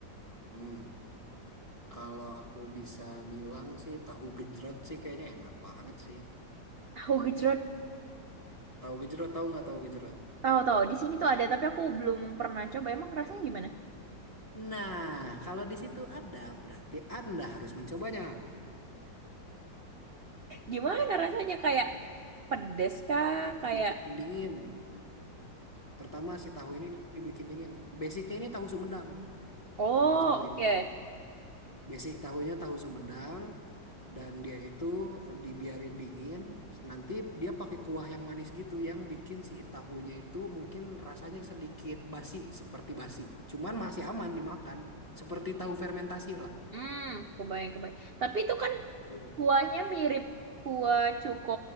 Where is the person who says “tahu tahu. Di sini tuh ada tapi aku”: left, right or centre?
Right